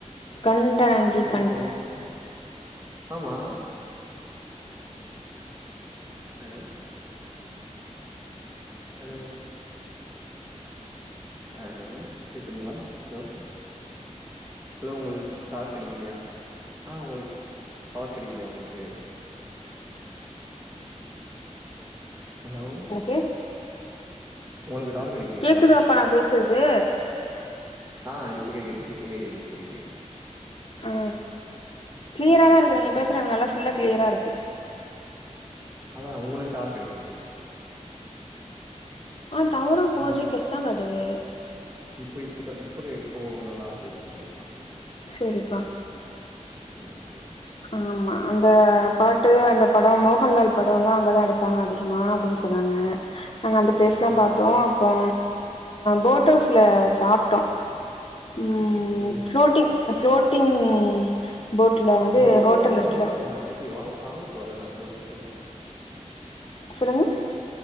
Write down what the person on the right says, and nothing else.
ஓ
ஓகே ஆமா ஹலோ ஹலோ ஹலோ கேக்குதுங்கலா ஹலோ ஹலோ உங்களுக்கு டவர் கெடைக்கலையா ஆ உங்களுக் டவர் கெடைக்கலையா உங்களுக்கு ஹலோ
உங்களுக்கு டவர் கெடைக்கலையா
ஆ இப்ப கேக்குது இப்ப கேக்குது இப்ப கேக்குது
கேக்குது
கேக்குது
கேக்குது
அதுதா உங்களுக்கு டவர் கெடைக்கல போல
நீங்க
பேச
இப்போ இப்பக்கா இப்பக்க இப்போ நல்லா கேக்குது வாய்ஸ்லா
ம் ஓகே ஓகே
ஓகே
ஓகே
ஓகே
போட்
ஹவுஸ்னா
ஒர்க்கலா தான வாழ ஆழபுழா தானா போட்கவுஸ்னா